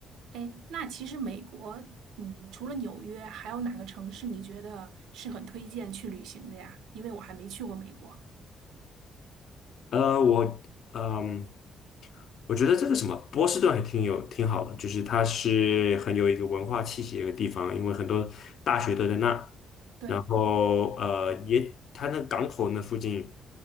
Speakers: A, on the right; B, on the left.
A: 哎，那其实美国，嗯，除了纽约，还有哪个城市你觉得是很推荐去旅行的呀？因为我还没去过美国。
B: 呃，我嗯，我觉得这个什么波士顿还挺有挺好的，就是它是很有一个文化气息的一个地方，因为很多大学都在那，
A: 对，
B: 然后呃也它那港口那附近